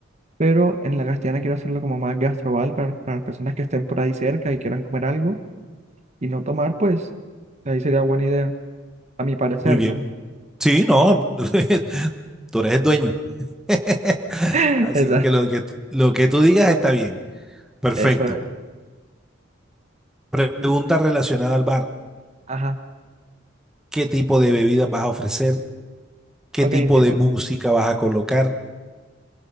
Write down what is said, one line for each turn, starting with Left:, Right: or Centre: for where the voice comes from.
Right: pero en la Castellana quiero hacerlo como más gastroval para, para las personas que estén por ahí cerca y quieran comer algo y no tomar, pues ahí sería buena idea, a mi parecer,
Centre: Muy bien.
Right: ¿no?
Centre: Sí, no, <laughs> tú eres el dueño. <laughs>
Right: <laughs>
Centre: Así
Right: Exacto,
Centre: que lo que, lo que tú digas está bien. Perfecto.
Right: eso es.
Centre: Pregunta
Right: Y pues,
Centre: relacionada al bar.
Right: ajá,
Centre: ¿Qué tipo de bebidas vas a ofrecer? ¿Qué
Right: ok,
Centre: tipo
Right: mira,
Centre: de música vas a colocar?